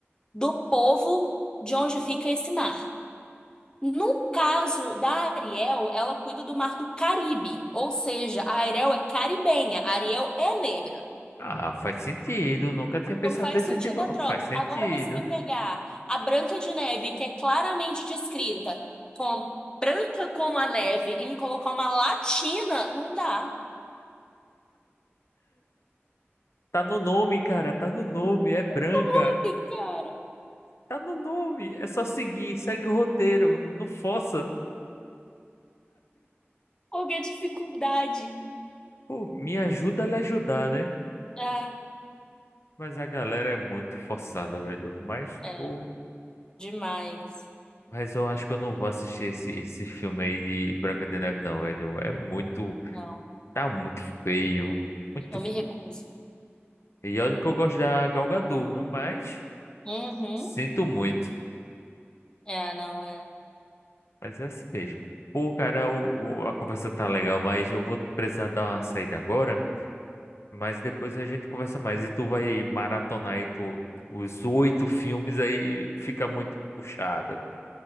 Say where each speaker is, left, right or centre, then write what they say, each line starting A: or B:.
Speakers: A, on the left (about 20°); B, on the left (about 80°).
A: do povo de onde fica esse mar. No caso da Ariel, ela cuida do mar do Caribe, ou seja, a Ariel é caribenha, a Ariel é negra.
B: Ah, faz sentido. Nunca tinha pensado
A: Então faz
B: desse
A: sentido
B: tipo.
A: a troca.
B: Faz sentido.
A: Agora você me pegar a Branca de Neve, que é claramente descrita como branca como a neve, e me colocar uma latina, não dá.
B: Tá no nome, cara. Tá no nome. É branca.
A: Sabe, cara?
B: Tá no nome, é só seguir, segue o roteiro, não força.
A: Qual que é a dificuldade?
B: Pô, me ajuda a lhe ajudar, né?
A: Ah,
B: Mas a galera é muito forçada, velho. Mas,
A: é,
B: pô,
A: demais.
B: mas eu acho que eu não vou assistir esse, esse filme aí de Branca de Neve, não, velho. É muito,
A: Não,
B: tá muito feio, muito
A: eu
B: feio.
A: me recuso.
B: E olha que eu gosto da Gal Gadot, viu? Mas
A: Uhum.
B: sinto muito,
A: É, não é.
B: mas é assim mesmo. Pô, cara, o, o- a conversa tá legal, mas eu vou precisar dar uma saída agora. Mas depois a gente conversa mais. E tu vai maratonar aí tu, os oito filmes, aí fica muito puxado.